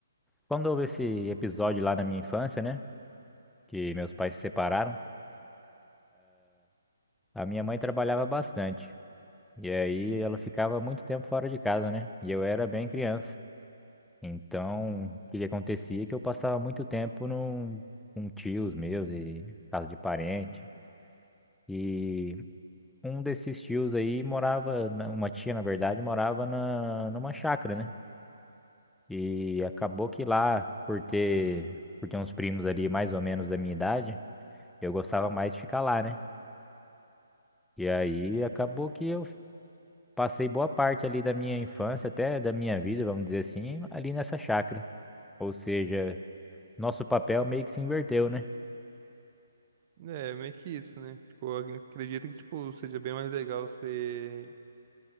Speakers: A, in the centre; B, on the right.
A: Quando houve esse episódio lá na minha infância, né? Que meus pais se separaram. A minha mãe trabalhava bastante. E aí ela ficava muito tempo fora de casa, né? E eu era bem criança. Então, o que que acontecia é que eu passava muito tempo num, com tios meus e casa de parente. E um desses tios aí morava, na- uma tia, na verdade, morava na, numa chácara, né? E acabou que lá, por ter, por ter uns primos ali mais ou menos da minha idade, eu gostava mais de ficar lá, né? E aí acabou que eu Passei boa parte ali da minha infância, até da minha vida, vamos dizer assim, ali nessa chácara. Ou seja, nosso papel meio que se inverteu, né?
B: É, meio que isso, né? Tipo, eu acredito que, tipo, seja bem mais legal você